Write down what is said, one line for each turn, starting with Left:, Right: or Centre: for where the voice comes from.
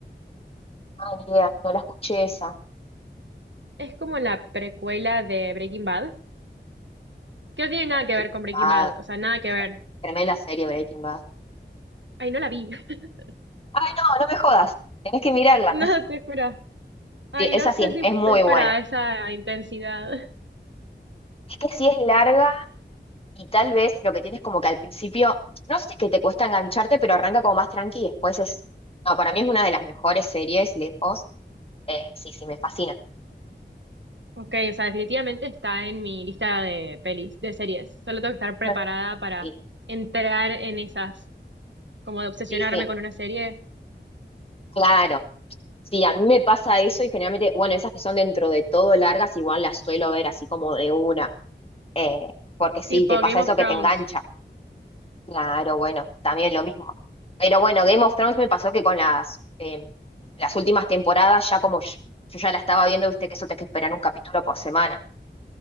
Left: Ah, ni idea, no la escuché esa.
Right: Es como la precuela de Breaking Bad, que no tiene nada que
Left: Breaking
Right: ver con Breaking
Left: Bad,
Right: Bad, o sea, nada que
Left: pero
Right: ver.
Left: tremenda serie Breaking Bad.
Right: Ay, no la vi. <laughs>
Left: Ay, no, no me jodas, tenés que mirarla.
Right: No,
Left: <laughs>
Right: te juro. Ay,
Left: Sí, esa
Right: no sé
Left: sí, es,
Right: si estoy
Left: es muy
Right: para
Left: buena.
Right: esa intensidad.
Left: Es que sí es larga y tal vez lo que tienes como que al principio, no sé que te cuesta engancharte, pero arranca como más tranqui y después es, no, para mí es una de las mejores series, lejos. Eh, sí, sí, me fascina.
Right: Ok, o sea, definitivamente está en mi lista de pelis, de series. Solo tengo que estar preparada
Left: <laughs>
Right: para
Left: Sí,
Right: entrar en esas, como de obsesionarme
Left: sí, sí,
Right: con una serie
Left: claro. Sí, a mí me pasa eso y generalmente, bueno, esas que son dentro de todo largas, igual las suelo ver así como de una, eh, porque sí,
Right: tipo
Left: te pasa
Right: Game
Left: eso
Right: of
Left: que
Right: Thrones.
Left: te engancha. Claro, bueno, también lo mismo. Pero bueno, Game of Thrones me pasó que con las, eh, las últimas temporadas, ya como yo, yo ya la estaba viendo, viste que eso te que esperar un capítulo por semana.